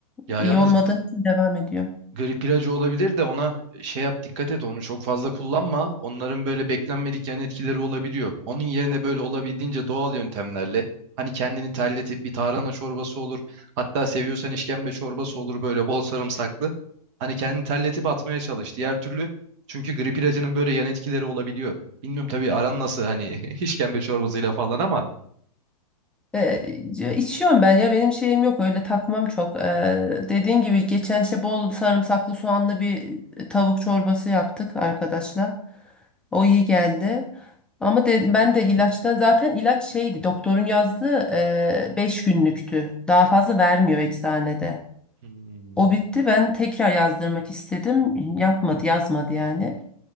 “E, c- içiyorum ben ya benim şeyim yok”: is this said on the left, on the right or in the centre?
Centre